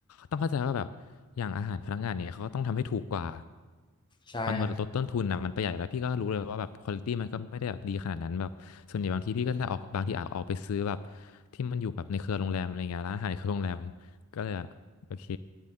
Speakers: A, on the left; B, on the left.
A: ต้องเข้าใจว่าแบบอย่างอาหารพนักงานเนี่ยเขาก็ต้องทำให้ถูกกว่า
B: ใช่ครับ
A: มันมันลดต้นทุนนะมันประหยัดอยู่แล้วพี่ก็รู้เลยว่าแบบควอลิตี้มันก็ไม่ได้แบบดีขนาดนั้นแบบส่วนใหญ่บางทีพี่ก็จะออกบางทีอาจออกไปซื้อแบบที่มันอยู่แบบในเครือโรงแรมอะไรเงี้ยร้านอาหารในเครือโรงแรมก็เลยอะโอเค